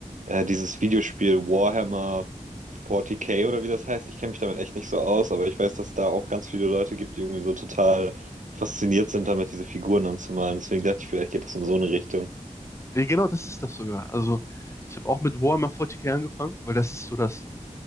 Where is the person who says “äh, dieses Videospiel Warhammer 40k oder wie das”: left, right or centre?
Right